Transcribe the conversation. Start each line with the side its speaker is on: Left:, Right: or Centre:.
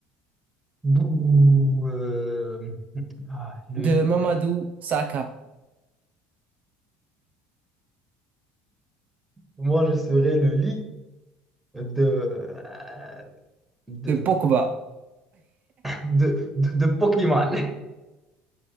Centre: Bouh, euh, ah, le
Right: de
Centre: lit
Right: Mamadou
Centre: de-
Right: Saka,
Centre: Moi, je serais le lit de... euh, De,
Right: de Pogba.
Centre: de, de, de Pokémon.